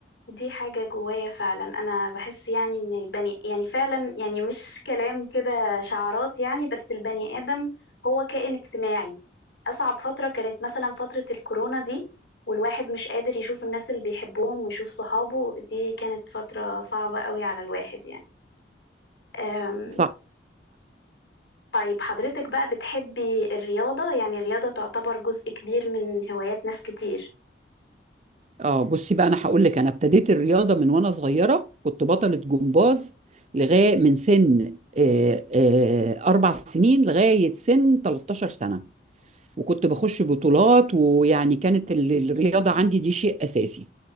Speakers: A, on the left (about 65°); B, on the right (about 35°).
A: دي حاجة جوايا فعلا انا بحس يعني ان البني يعني فعلا يعني مش كلام كده شعارات يعني بس البني آدم هو كائن اجتماعي اصعب فترة كانت مثلا فترة الكورونا دي والواحد مش قادر يشوف الناس اللي بيحبهم ويشوف صحابه دي كانت فترة صعبة قوي على الواحد يعني
B: صح
A: طيب حضرتك بقى بتحبي الرياضة يعني الرياضة تعتبر جزء كبير من هوايات ناس كتير
B: اه بصي بقى انا هقول لك انا ابتديت الرياضه من وانا صغيره كنت بطله جمباز لغايه من سن آه، آه، اربع سنين لغايه سن 13 سنه وكنت بخش بطولات ويعني كانت ال- الرياضه عندي دي شيء اساسي